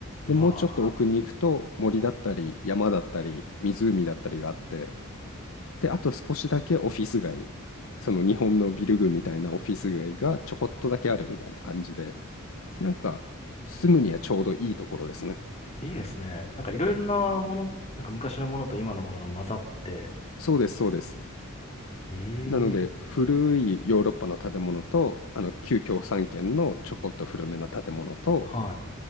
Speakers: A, on the left; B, on the left.
A: うわ
B: で、もうちょっと奥に行くと森だったり山だったり湖だったりがあって、で、あと少しだけオフィス街、その日本のビル群みたいなオフィス街がちょこっとだけあるみたいな感じで、なんか住むにはちょうどいいところですね。
A: ぁ。いいですね。なんかいろいろなもの、なんか昔のものと今のものが混ざって、
B: そうです、そうです。
A: ええ
B: なので古いヨーロッパの建物とあの旧共産圏のちょこっと古めな建物と
A: はい。